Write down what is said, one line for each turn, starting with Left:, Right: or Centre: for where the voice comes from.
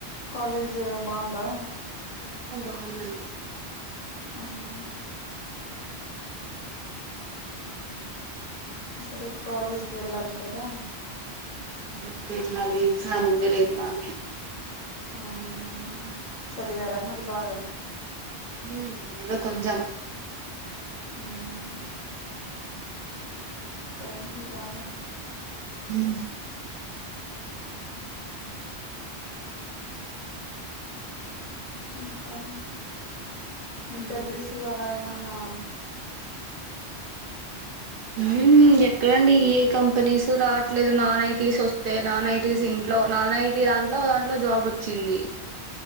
Left: కాలేజ్ బాగుందా
Right: ఆ బాగుంది అండీ
Left: అవునా అయితే రేపు కాలేజ్కి వెళ్ళాలి కదా
Right: రేపు వెళ్ళాలి ఎక్సామ్ ఉంది రేపు మాకు
Left: అవునా చదివారా మరి బాగా
Right: హుమ్ ఏదో కొంచెం
Left: హుమ్ ఉండి బాగా
Right: హుమ్
Left: ఇంకా
Right: చెప్పాలండి
Left: ఇంటర్వ్యూస్
Right: మీరే
Left: అలా ఏమన్నా ఆ
Right: ఉమ్ ఎక్కడండి ఏ కంపెనీస్ రావట్లేదు నాన్ ఐటీస్ వస్తే నాన్ ఐటీస్ ఇంట్లో నాన్ ఐటీ దాంట్లో ఒకదంట్లో జాబ్ వచ్చింది